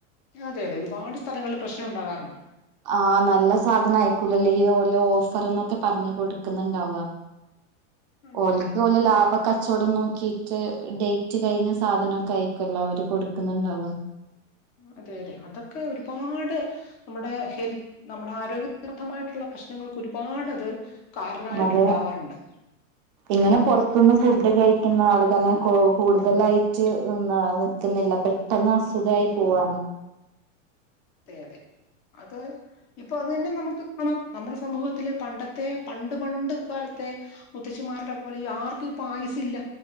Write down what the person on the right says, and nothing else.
ആ നല്ല സാനം ആയിക്കൂലലെ ഈ ഓൽ ഓഫർ എന്നൊക്കെ പറഞ്ഞ് കൊട്ക്ക്ന്ന് ഇണ്ടാവാ
ഓൽക്ക്
ഓലെ ലാഭ കച്ചോടം നോ ക്കെറ്റ് ഡെയിറ്റ് കഴിഞ്ഞ സാധനൊക്കെ ആയിരിക്കോല്ലോ അവര് കൊട്ക്ക്ന്ന് ഇണ്ടാവാ.
അതെ
ഇങ്ങനെ പൊർത്ത്ന്ന് ഫുഡ് കഴിക്കുന്ന ആൾ തന്നെ കൂ കൂട്തലായിട്ട് നിന്നാ നിക്ക്ന്നില്ല പെ ട്ടെന്ന് അസുഖായി പോവാണ്.